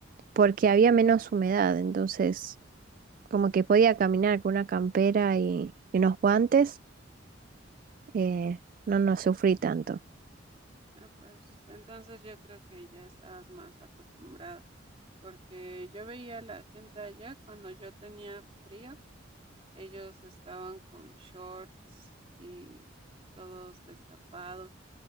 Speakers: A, on the right; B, on the right.
A: porque había menos humedad, entonces como que podía caminar con una campera y, y unos guantes, eh, no, no sufrí tanto.
B: Ah, pues entonces yo creo que ya estabas más acostumbrada, porque yo veía a la gente allá cuando yo tenía frío, ellos estaban con shorts y todos destapados